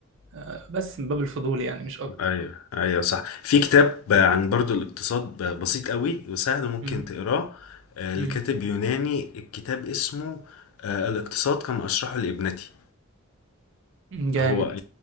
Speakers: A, on the right (about 65°); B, on the left (about 85°).
A: آه، بس من باب الفضول يعني مش اكتر
B: ايوه ايوه صح في كتاب عن برضو الاقتصاد ب- بسيط قوي وسهل ممكن
A: مم.
B: تقراه آه، لكاتب
A: مم.
B: يوناني الكتاب اسمه آه، الاقتصاد كما اشرحه لابنتي
A: جامد
B: هو